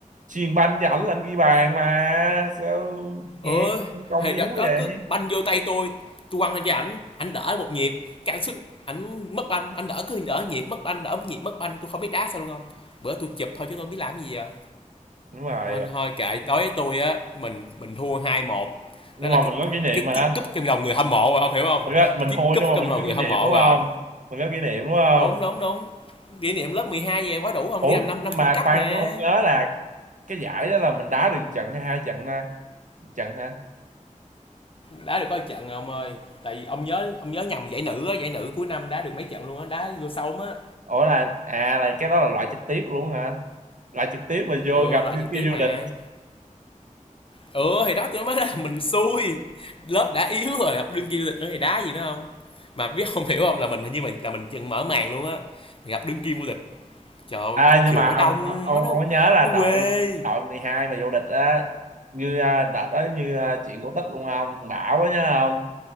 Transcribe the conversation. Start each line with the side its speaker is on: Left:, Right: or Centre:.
Right: chuyền banh cho ảnh là ảnh ghi bàn mà sao nghe
Left: ơi
Right: công
Left: thì
Right: yếu
Left: đó, đó
Right: vậy
Left: cứ banh vô tay tôi tôi quăng lên cho ảnh ảnh đỡ một nhịp cái ảnh xuống ảnh mất banh ảnh đỡ cứ đỡ nhịp mất banh đỡ nhịp mất banh tôi không biết đá sao luôn không bữa tôi chụp thôi chứ tôi biết làm gì giờ
Right: đúng rồi
Left: thôi, thôi kệ đối với tôi á mình mình thua hai một
Right: nhưng
Left: đó là
Right: mà
Left: cái
Right: mình có kỷ niệm
Left: cái
Right: mà
Left: chiếc cúp trong lòng người hâm mộ rồi ông hiểu không
Right: Thật ra mình
Left: chiếc
Right: thua
Left: cúp
Right: nhưng mà
Left: trong
Right: mình
Left: lòng
Right: có
Left: người
Right: kỷ niệm
Left: hâm mộ
Right: đúng không
Left: rồi
Right: mình có kỷ niệm đúng không
Left: đúng đúng đúng kỷ niệm lớp 12 về quá đủ ông
Right: ủa
Left: đi làm năm
Right: nhưng
Left: năm
Right: mà
Left: cuối cấp
Right: khoan
Left: mà
Right: tôi không nhớ là cái giải đó là mình đá được trận hay hai trận nè trận hả
Left: đá được có một trận ông ơi tại vì ông nhớ ông nhớ nhầm giải nữ á giải nữ cuối năm đá được mấy trận luôn á đá vô sâu á
Right: ủa là à là cái đó là loại trực tiếp luôn hả loại trực tiếp mà vô
Left: ừ
Right: gặp
Left: loại
Right: đứa
Left: trực
Right: kia
Left: tiếp mà
Right: vô địch
Left: ừ thì đó tôi nói là <laughs> mình xui lớp đã yếu rồi gặp đương kim vô địch nữa thì đá gì nữa không mà biết không hiểu không là mình hình như mình là mình chừng mở màn luôn á mình gặp đương kim vô địch Trời ơi,
Right: à nhưng
Left: trường
Right: mà
Left: nó
Right: ông
Left: đông,
Right: ông ông
Left: nó nó,
Right: ông có nhớ là đội
Left: quê.
Right: đội 12 mà vô địch á như à, đợt đó như à, chuyện cổ tích luôn không Thằng Bảo á nhớ không